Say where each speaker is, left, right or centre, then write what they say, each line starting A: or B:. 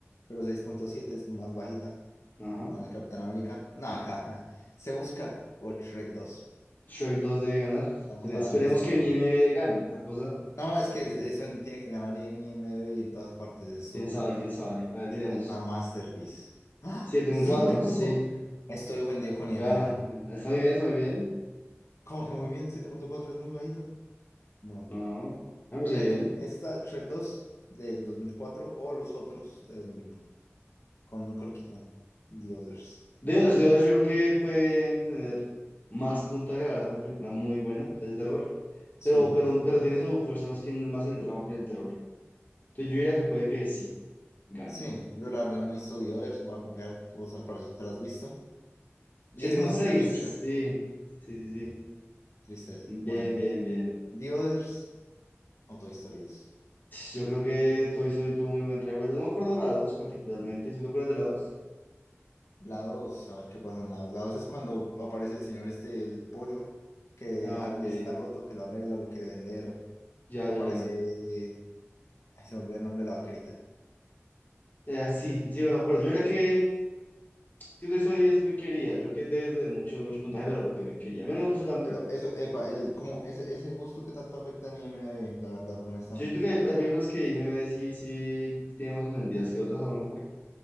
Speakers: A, on the left; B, on the left.
A: Pero seis punto siete es más bajita.
B: Ajá.
A: Gana el Capitán América. Nada, acá. <laughs> nah. Se busca o Shrek 2.
B: Shoaib 2 debe ganar.
A: Estamos
B: Espere-
A: hablando,
B: Esperemos
A: estamos
B: que
A: hablando.
B: ni MB gane. Otra cosa,
A: No, es que
B: que
A: es- eso tiene que ganar en IMDb y en todas partes. Eso
B: quién sabe, quién sabe. A ver,
A: es
B: miremos.
A: es una masterpiece. ¡Ah!
B: siete
A: siete
B: con cuatro
A: punto.
B: sí,
A: Estoy ofendido con IMDb.
B: gana, gana. Está muy bien, está muy bien.
A: Como que muy bien, siete punto cuatro es muy bajito. Bueno,
B: No, no, me parece
A: fíjate,
B: bien.
A: esta Shrek dos del 2004 o los otros de 2001 con Nicole Kidman, The Others.
B: Dios, Dios, yo creo que puede tener más puntaje, la verdad, es una película muy buena, es de terror,
A: Sí,
B: pero, pero, pero tiene su fuerza más, que, en- más en el drama que en el terror. Entonces yo diría que puede que sí, gane.
A: sí, yo la verdad no me he visto The Others, voy a confiar, vos al parecer te la has visto. Y
B: siete
A: es
B: con
A: más
B: seis
A: alto que Shrek,
B: Sí, sí, sí, sí.
A: tristeza.
B: Bien,
A: Bueno,
B: bien, bien.
A: The Others o Toy Story 2.
B: Yo creo que Toy Story tuvo muy buen revuelo. No me acuerdo de la 2 particularmente. ¿Sí te acuerdas de la 2?
A: La 2, a ver qué pasa en la 2. La 2 es cuando aparece el señor este, el pollo, que
B: Ah,
A: Andy
B: ok.
A: está roto, que lo arregla, lo quiere vender.
B: Ya,
A: Aparece.
B: ya, ya.
A: Ay, se me olvida el nombre de la vaquerita.
B: Eh, ah, sí, sí, me acuerdo. Yo creo que, que Toy Story es muy querida. Yo creo que desde mucho, mucho puntaje, pero porque me quería. A mí no me gusta tanto.
A: Pero eso, epa, el, como ese, ese gusto que tanto afecta en I M D B la verdad, honestamente.
B: Sí, Yo creo que hay, hay películas que me ve si, si tiene más consentidas que otras, a lo mejor.